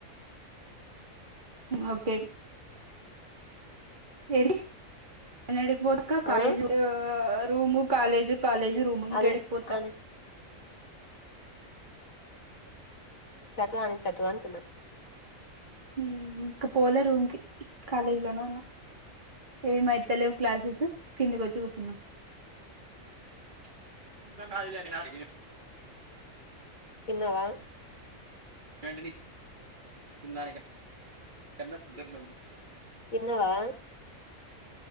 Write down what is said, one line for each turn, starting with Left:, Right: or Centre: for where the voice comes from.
Right: ఓకే ఏడి <unintelligible> పోక college
Left: ఆ
Right: room college college room ఇంకేడికి
Left: అదే
Right: పోతా
Left: ఆని చట్వాన్ చట్వాన్
Right: ఇంకా పోలే రూమ్ కి కాలేజ్ లోనే ఉన్నా ఏమైతలేవు క్లాసెస్ కిందికి వచ్చి కూచున్నా <unintelligible>
Left: తిన్నవా
Right: ఏంటిది తినడానిక <unintelligible>
Left: తిన్నవా